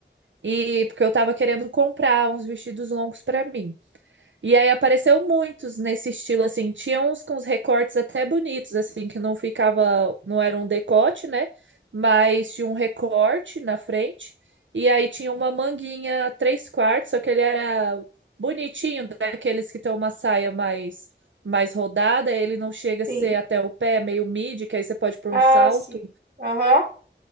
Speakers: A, on the right; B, on the right.
A: E porque eu tava querendo comprar uns vestidos longos pra mim. E aí apareceu muitos nesse estilo assim, tinha uns com os recortes até bonitos assim, que não ficava, não era um decote, né? Mas tinha um recorte na frente. E aí tinha uma manguinha três quartos, só que ele era bonitinho, daqueles que tem uma saia mais mais rodada, ele não chega a
B: Sim.
A: ser até o pé, meio midi, que aí você pode pôr
B: Ah,
A: um salto.
B: sim. Aham.